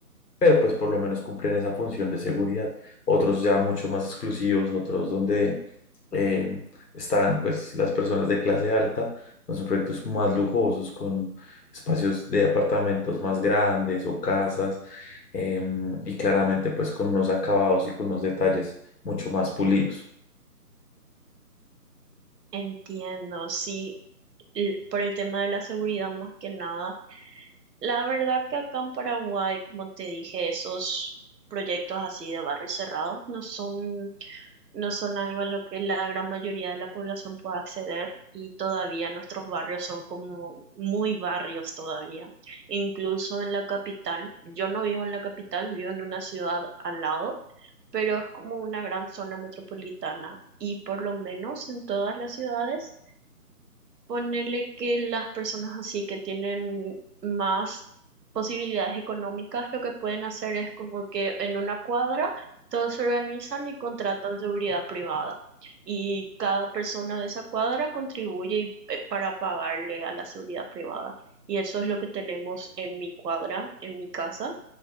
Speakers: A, on the left; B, on the right.
A: pero pues por lo menos cumplen esa función de seguridad. Otros ya mucho más exclusivos, otros donde eh, están pues las personas de clase alta, ¿no? son proyectos más lujosos con espacios de apartamentos más grandes o casas em, y claramente pues con unos acabados y con unos detalles mucho más pulidos.
B: Entiendo, sí, l- por el tema de la seguridad más que nada La verdad que acá en Paraguay, como te dije, esos proyectos así de barrios cerrados no son, no son algo a lo que la gran mayoría de la población pueda acceder y todavía nuestros barrios son como muy barrios todavía. Incluso en la capital, yo no vivo en la capital, vivo en una ciudad al lado, pero es como una gran zona metropolitana y por lo menos en todas las ciudades Ponerle que las personas así que tienen más posibilidades económicas, lo que pueden hacer es como que en una cuadra todos se organizan y contratan seguridad privada. Y cada persona de esa cuadra contribuye y- eh, para pagarle a la seguridad privada. Y eso es lo que tenemos en mi cuadra, en mi casa